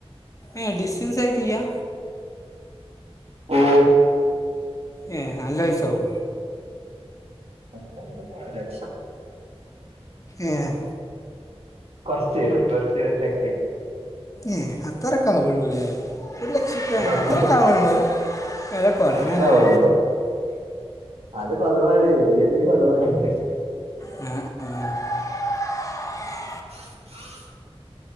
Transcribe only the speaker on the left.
ഏഹ്‌ ഡിസ്റ്റൻസായി ചെയ്യാ
ഏഹ്‌ നല്ല പൈസാവോ
ഏഹ്‌
ഏഹ്‌ അത്രക്കാവൊള്ളൂല്ലേ ഒരു ലക്ഷക്കെ
അത്രക്കാവുള്ളൂ അത് കൊറഞ്ഞല്ലേ
ഏഹ്‌ ഏഹ്